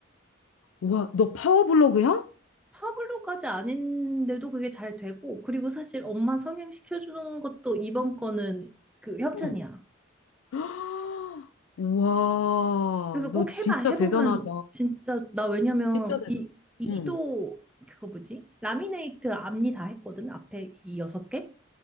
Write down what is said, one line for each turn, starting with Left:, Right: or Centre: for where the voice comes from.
Left: 와, 너 파워블로그야?
Centre: 파블로까지 아닌데도 그게 잘 되고, 그리고 사실 엄마 성형시켜주는 것도 이번 거는 그 협찬이야.
Left: 응. <gasps> 아, 와,
Centre: 그래서 꼭
Left: 너 진짜
Centre: 해봐. 해보면
Left: 대단하다.
Centre: 진짜, 나 왜냐면
Left: 진짜 대단.
Centre: 이, 이도
Left: 응.
Centre: 그거 뭐지? 라미네이트 앞니 다 했거든. 앞에 이 여섯 개?